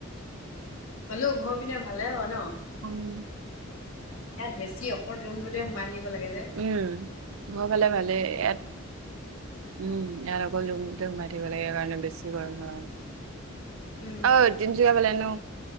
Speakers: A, on the left; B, on the right.
A: হ'লেও ঘৰ পিনে ভালে অ' ন।
B: উম্।
A: ইয়াত বেছি অকল ৰুমটোতে সোমাই থাকিব লাগে যে।
B: উম্, ঘৰৰ ফালে ভালে ইয়াত উম্। অকল ৰুমটোতে সোমাই থাকিব লাগে, সেই কাৰণে বেছি গৰম হয়
A: উম
B: অ'। তিনিচুকীয়া ফালে ন,